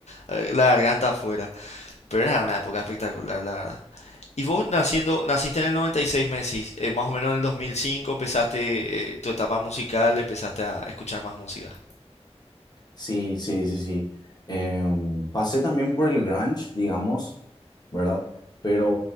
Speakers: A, on the left; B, on the left.
A: eh, la garganta afuera. Pero era una época espectacular, la verdad. Y vos naciendo, naciste en el 96, me decís, eh, más o menos en el 2005 empezaste eh, tu etapa musical, empezaste a escuchar más música.
B: Sí, sí, sí, sí. Em, pasé también por el grunge, digamos, ¿verdad? Pero,